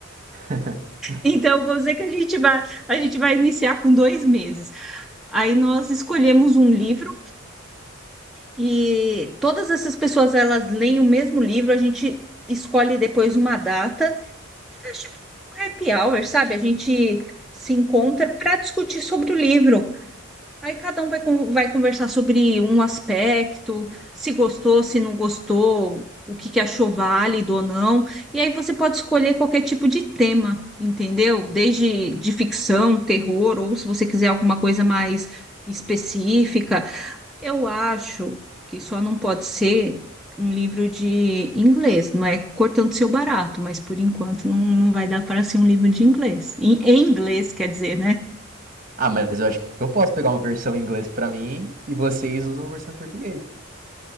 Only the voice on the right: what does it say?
<laughs>
Ah, mas eu acho que eu posso pegar uma versão em inglês pra mim e vocês usam a versão em português